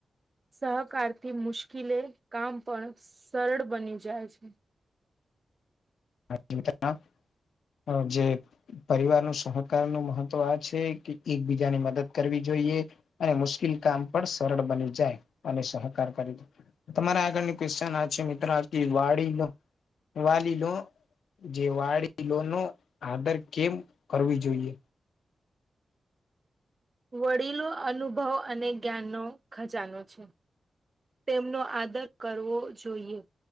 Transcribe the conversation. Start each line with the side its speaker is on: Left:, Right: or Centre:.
Right: સહકારથી મુશ્કેલે કામ પણ સરળ બની જાય છે.
Left: <unintelligible> હ જે પરિવારનું સહકારનું મહત્વ આ છે કે એકબીજાની મદદ કરવી જોઈએ. અને મુશ્કેલ કામ પણ સરળ બની જાય અને સહકાર કરી દે. તમારા આગળની ક્વેશ્ચન આ છે મિત્રો આથી વાડીનો વાલી લો જે વાડીલોલો નો આધાર કેમ કરવી જોઈએ.
Right: વડીલો અનુભવ અને જ્ઞાનનો ખજાનો છે. તેમનો આદર કરવો જોઈએ.